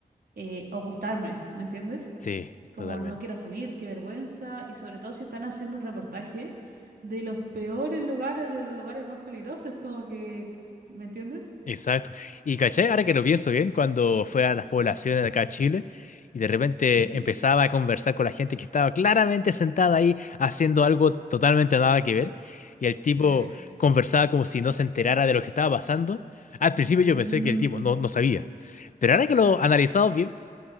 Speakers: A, on the right (about 75°); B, on the left (about 55°).
A: eh, ocultarme, ¿me entiendes?
B: Sí,
A: como
B: totalmente.
A: no quiero salir, qué vergüenza, y sobre todo si están haciendo un reportaje de los peores lugares, de los lugares más peligrosos, como que, ¿me entiendes?
B: Exacto. Y caché, ahora que lo pienso bien, cuando fue a las poblaciones de acá a Chile y de repente
A: Ujú.
B: empezaba a conversar con la gente que estaba claramente sentada ahí haciendo algo totalmente nada que ver y el tipo
A: Sí.
B: conversaba como si no se enterara de lo que estaba pasando. Al principio yo
A: Mm,
B: pensé que el tipo no, no sabía, pero ahora que lo analizamos bien,